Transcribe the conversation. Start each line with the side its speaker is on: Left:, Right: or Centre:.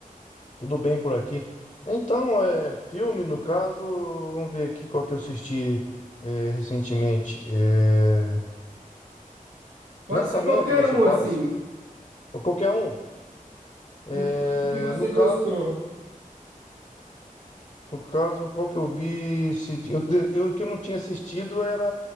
Left: tudo bem por aqui? Então, é filme, no caso, vamos ver aqui qual que eu assisti é, recentemente. É,
Right: Pode
Left: lançamento,
Right: ser qualquer
Left: você
Right: um,
Left: fala
Right: assim.
Left: assim? Ou qualquer um. É,
Right: Um que, um que você
Left: no
Right: gostou.
Left: caso, no caso, qual que eu vi? esse dia? Eu, te- eu que eu não tinha assistido era.